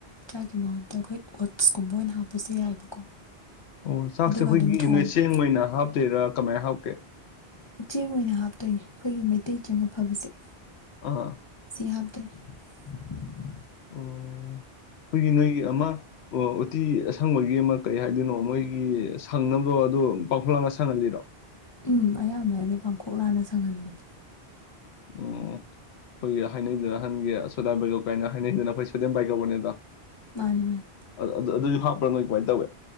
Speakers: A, on the left (about 35°); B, on the left (about 75°).
A: ꯆꯥꯛꯀꯤ ꯃꯍꯨꯠꯇ ꯑꯩꯈꯣꯏ ꯑꯣꯠꯁꯀꯨꯝꯕ ꯑꯣꯏꯅ ꯍꯥꯞꯄꯁꯨ ꯌꯥꯏꯑꯕꯀꯣ
B: ꯑꯣ ꯆꯥꯛꯁꯦ
A: ꯑꯗꯨꯒ
B: ꯑꯩꯈꯣꯏꯒꯤ
A: ꯑꯗꯨꯝ ꯊꯣꯡꯉꯦ
B: ꯅꯣꯏ ꯆꯦꯡ ꯑꯣꯏꯅ ꯍꯥꯞꯇꯣꯏꯔꯥ ꯀꯃꯥꯏ ꯍꯥꯞꯀꯦ
A: ꯆꯦꯡ ꯑꯣꯏꯅ ꯍꯥꯞꯇꯣꯏꯅꯦ ꯑꯩꯈꯣꯏꯒꯤ ꯃꯩꯇꯩ ꯆꯦꯡ ꯑꯐꯕꯁꯦ
B: ꯑꯥ
A: <unintelligible>
B: ꯑꯣ ꯍꯣꯏꯌꯤ ꯅꯣꯏꯒꯤ ꯑꯃ ꯑꯥ ꯎꯇꯤ ꯑꯁꯪꯕꯒꯤ ꯑꯃꯥ ꯀꯔꯤ ꯍꯥꯏꯗꯣꯏꯅꯣ ꯃꯣꯏꯒꯤ ꯁꯪꯅꯕꯗꯣ ꯑꯗꯨꯗꯣ ꯄꯥꯡꯈꯣꯛꯂꯥꯅ ꯁꯪꯍꯜꯂꯤꯔꯣ꯫
A: ꯎꯝ ꯑꯌꯥꯝꯕꯅꯗꯤ ꯄꯥꯡꯈꯣꯛ ꯂꯥꯅ ꯁꯪꯍꯟꯕꯅꯤ꯫
B: ꯑꯣ ꯑꯩꯈꯣꯏꯒꯤ ꯍꯥꯏꯅꯩꯗꯅ ꯑꯍꯟꯒꯤ ꯁꯣꯗꯥ ꯕꯦꯒꯞ ꯀꯥꯏꯅ ꯍꯥꯏꯅꯩꯗꯅ ꯑꯩꯈꯣꯏ ꯁꯣꯗꯤꯌꯝ ꯕꯥꯏ ꯀꯥꯔꯕꯣꯅꯦꯠꯇꯣ꯫
A: ꯃꯥꯅꯦ ꯃꯥꯅꯦ
B: ꯑ ꯑꯗꯨꯏꯗꯨ꯫ ꯍꯥꯞꯄꯔꯥ ꯅꯣꯏ ꯀꯃꯥꯏꯅ ꯇꯧꯏ꯫